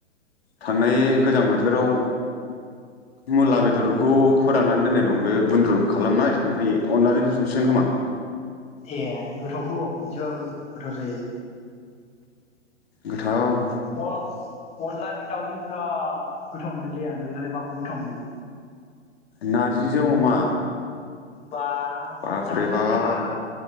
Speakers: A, on the left; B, on the left.
A: थांनाय गोजां बोथोराव मुला बेदरखौ फोराननानै दोननाय दं बे गुन्द्रु खालामनाय ओमफाय अनलाजोंसो संसिगोन खोमा
B: ए गोथावथ' बिदिबाबो। गोथाव जायो
A: गोथाउ
B: अ-अनलाजों दाउजों बिराद गोथाव मोनोलै आं नोहालाय माखौ गोथाव मोनो?
A: नारजिजों अमा
B: बा
A: बाब्रे
B: जानो हायालै
A: बाब
B: आहा